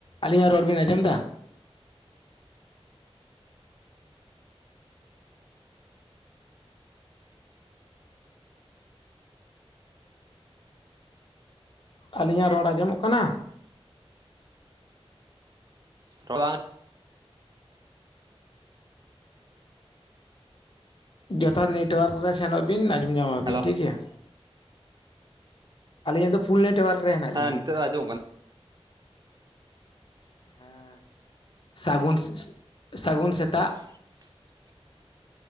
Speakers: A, on the left; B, on the right.
A: ᱟᱹᱞᱤᱧᱟᱜ ᱨᱚᱲ ᱵᱤᱱ ᱟᱸᱡᱚᱢ ᱮᱫᱟ?
B: <inaudible>
A: ᱟᱹᱞᱤᱧᱟᱜ ᱨᱚᱲ ᱟᱸᱡᱚᱢᱚᱜ ᱠᱟᱱᱟ?
B: <inaudible> ᱨᱚᱲ ᱵᱟᱝ
A: ᱡᱚᱛᱷᱟᱛ ᱱᱮᱴᱚᱳᱣᱟᱨᱠ ᱨᱮ ᱥᱮᱱᱚᱜ ᱵᱤᱱ ᱟᱸᱡᱚᱢ ᱧᱟᱢ ᱟᱵᱤᱱ
B: ᱦᱮᱞᱳ
A: ᱴᱷᱤᱠ ᱜᱮᱭᱟ ᱾ <inaudible> ᱟᱹᱞᱤᱧᱟᱜ ᱫᱚ ᱯᱷᱩᱞ ᱱᱮᱴᱳᱣᱟᱨᱠ ᱨᱮ ᱦᱮᱱᱟᱜ
B: ᱦᱮᱸ
A: ᱞᱤᱧᱟ
B: ᱱᱤᱛᱚᱜ
A: ᱾
B: ᱫᱚ ᱟᱸᱡᱚᱢᱚᱜ ᱠᱟᱱᱟ
A: ᱦᱩᱸ <inaudible> ᱥᱟᱹᱜᱩᱱ ᱥᱟ. ᱥᱟᱹᱜᱩᱱ ᱥᱮᱛᱟᱜ ᱾
B: <inaudible>